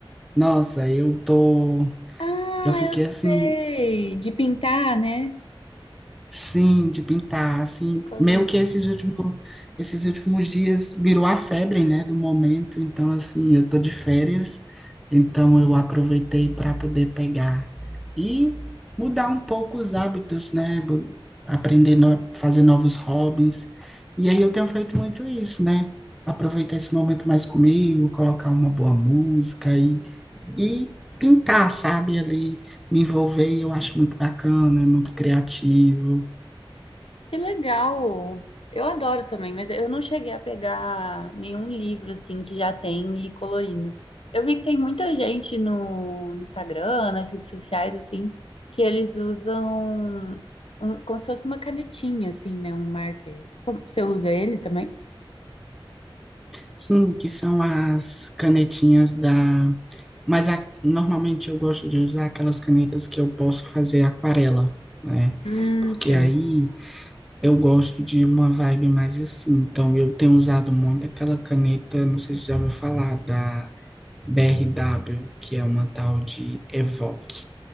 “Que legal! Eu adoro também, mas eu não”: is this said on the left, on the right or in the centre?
Left